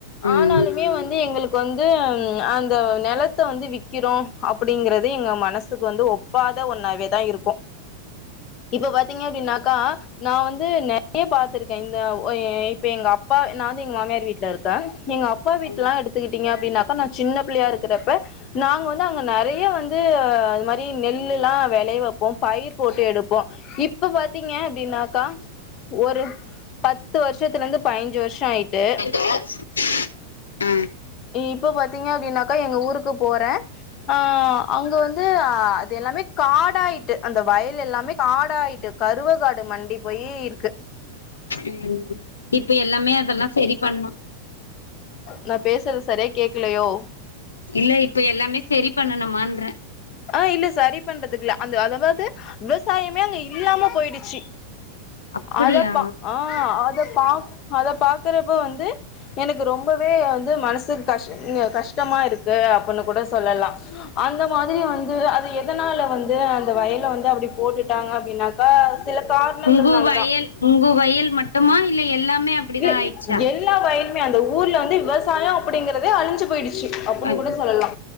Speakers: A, on the left (about 75°); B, on the left (about 35°).
A: ம்
B: ஆனாலுமே வந்து எங்களுக்கு வந்து அந்த நெலத்த வந்து விற்கிறோ அப்டிங்கிறது எங்க மனசுக்கு வந்து ஒப் பாத ஒன்னாவே தா இருக்கு
A: <inaudible>
B: இப்ப பாத்தீங்க அப்டின்னாக்கா நா வந்து நெறய பாத்துருக்கே இந்த ஓ ஏ எங்க அப்பா நா வந்து எங்க மாமியார் வீட்ல இருக்கே எங்க அப்பா வீட்டெல்லா
A: ம்
B: எடுத்துக்கிட்டு ங்க அப்டின்னாக்கா நா சின்ன பிள்ளையா இருக்கிறப்ப நாங்க வந்து அங்க நெறய வந்து ஆ இது மாதிரி நெல்லு எல்லா வெளய வப்போ பயிர் போட்டு எடுப்போ இப்ப பாத்தீங்க அப்டின்னாக்கா ஒரு பத்து வருஷத்து பத்ல இருந்து பதிஞ்சு வருஷோ ஆயிட்டு
A: ஆ <unintelligible> ம்
B: இப்ப பாத்தீங்க அப்டின்னாக்கா எங்க ஊருக்கு போறே ஆ அங்க வந்து ஆ அது எல்லாமே காடாயிட்டு அந்த வயல் எல்லாமே காடாயிட்டு கருவக்காடு மண்டி போய் இருக்கு
A: ம் இப்ப எல்லாமே அதெல்லா சரி பண்ணனு
B: நா பேசுறது சரியா கேக்கலையோ
A: இல்ல இப்ப எல்லாமே செரி பண்ணனுமான்றே
B: ஆ இல்ல சரி பண்றதுக்குல்ல அந்த அதாவது விவசாயமே அங்க இல்லாம போயிடுச்சு
A: அப்படியா
B: அத பா ஆ அத பா அத பாக்குறப்போ வந்து எனக்கு ரொம்பவே வந்து மனசுக்கு கஷ் கஷ்டமா இருக்கு அப்டின்னு கூட சொல்லலா அந்த மாதிரி அதயு வந்து அது எதனால வந்து அந்த வயல வந்து அப்டி போட்டுட்டாங்க அப்டின்னாக்கா சில காரணங்கள்னாலதா
A: உங்கு வயல் உங்கு வயல் மட்டுமா இல்ல எல்லாமே அப்டிதா
B: இல்ல
A: ஆயிடுச்சா
B: எல்லா வயலுமே அந்த ஊர்ல வந்து விவசாய அப்டிங்கறதே அழிஞ்சு போயிடுச்சு அப்டின்னு
A: அ
B: கூட சொல்லலா